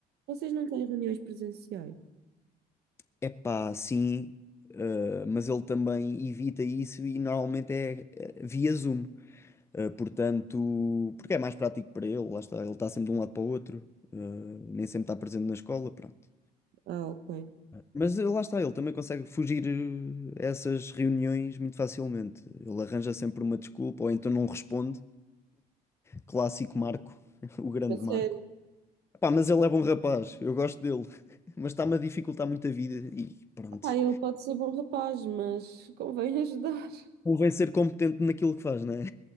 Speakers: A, on the right; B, on the left.
A: vocês não têm reuniões presenciais?
B: É pá, sim, eh, mas ele também evita isso e normalmente é, eh, via Zoom. Eh, portanto, porque é mais prático para ele, lá está, ele está sempre de um lado para o outro, eh, nem sempre está presente na escola, pronto.
A: Ah, ok.
B: Mas eh, lá está, ele também consegue fugir eh, a essas reuniões muito facilmente. Ele arranja sempre uma desculpa, ou então não responde. Clássico Marco, <laughs> o grande
A: A sério.
B: Marco. Pá, mas ele é bom rapaz, eu gosto dele, <laughs> mas está-me a dificultar muito a vida e pronto.
A: Ah, ele pode ser bom rapaz, mas convém <laughs> ajudar.
B: Convém ser competente naquilo que faz, não é?